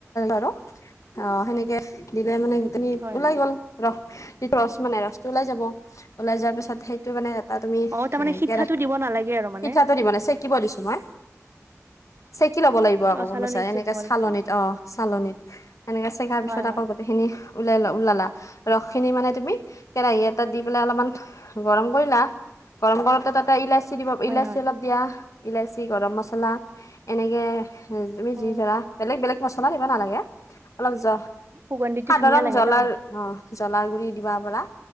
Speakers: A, on the left; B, on the right.
A: আৰু অ সেনেকে দিলে মানে আমি
B: হয়
A: ওলাই
B: হয়
A: গ'ল ৰস, যিটো ৰস মানে ৰসটো ওলাই যাব, ওলাই যোৱাৰ পিছত সেইটো মানে তাত আমি
B: অ তাৰমানে সিঠাটো
A: কেৰাহীত
B: দিব নালাগে আৰু মানে
A: পিঠাটো দি বনাই চেকিব দিছো মই। চেকি ল'ব লাগিব আকৌ
B: অ
A: গম
B: চালনীত
A: পাইছা, এনেকে
B: ছেকিব
A: চালনিত
B: লাগিব
A: অ চালনিত এনেকে কাৰ পিছত
B: হয় হয়
A: আকৌ গোটেইখিনি ওলালা ওলালা ৰস খিনি মানে তুমি কেৰাহী এটাত দি পেলাই অলপমান গৰম কৰিলা গৰম কৰোতে তাতে এটা ইলাচী কি দিব?
B: হয়
A: ইলাচি
B: হয়
A: অলপ দিয়া, ইলাচি, গৰম মছলা এনেকৈ তুমি
B: অ
A: যি ধৰা বেলেগ বেলেগ মছলা দিব নালাগে, অলপ জ
B: সুগন্ধীটো
A: সাধাৰণ
B: ধুনীয়া লাগে
A: জ্বলাৰ
B: ন?
A: অ জ্বলাৰ গুৰি দিবা পৰা,